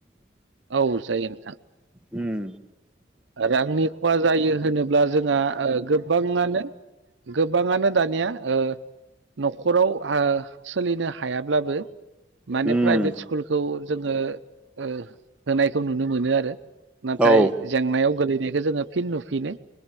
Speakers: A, on the right; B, in the centre.
A: औ जायो नोंथां
B: उम
A: रांनि खहा जायो होनोब्ला जोंहा ओ गोबाङानो गोबाङानो दानिया ओ नखराव हो सोलिनो हायाब्लाबो माने
B: उम
A: प्राइभेट स्कुलखौ जोङो ओ होनायखौ नुनो मोनो आरो नाथाय
B: औ
A: संनायाव गोलैनायखो जोङो फिन नुफिनो